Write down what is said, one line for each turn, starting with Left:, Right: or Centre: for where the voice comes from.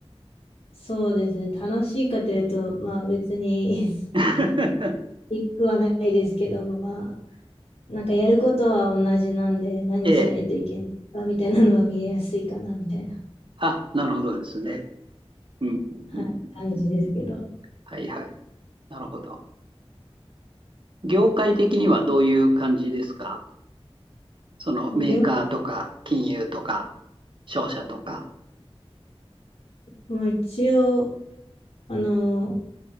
Left: そうですね。楽しいかというと、まあ別に <laughs>
Right: <laughs>
Left: いくはないですけど、まあ、なんかやることは同じなんで、何しないといけないかみたいなのは見えやすいかな、
Right: ええ。
Left: みたいな、
Right: あ、なるほどですね。うんうんうん。
Left: はい、感じですけど。
Right: はいはい。なるほど。業界的にはどういう感じですかそのメーカーとか金融とか。
Left: りょ
Right: 商社とか。
Left: まあ、一応、あの、